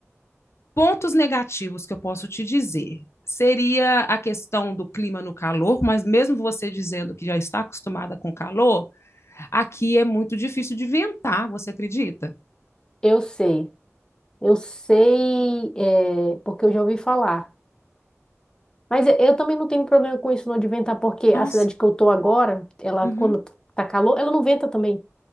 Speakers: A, on the left; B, on the left.
A: Pontos negativos que eu posso te dizer. Seria a questão do clima no calor, mas mesmo você dizendo que já está acostumada com calor, aqui é muito difícil de ventar, você acredita?
B: Eu sei, eu sei, é, porque eu já ouvi falar. Mas eu, eu também não tenho problema com isso não de ventar, porque
A: Nossa,
B: a cidade que eu tô agora, ela
A: uhum.
B: quando tá calor, ela não venta também.